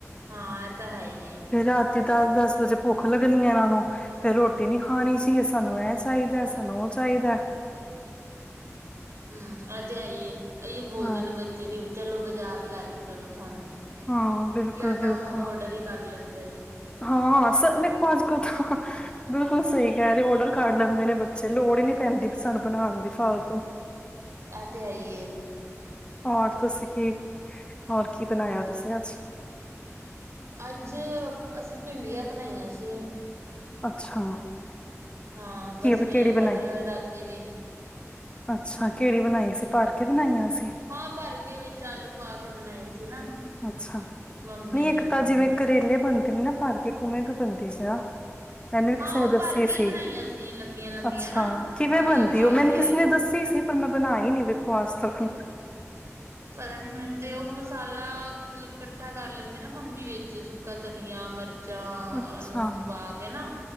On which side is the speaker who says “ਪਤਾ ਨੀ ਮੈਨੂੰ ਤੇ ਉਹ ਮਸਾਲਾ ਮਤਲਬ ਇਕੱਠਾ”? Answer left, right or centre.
Right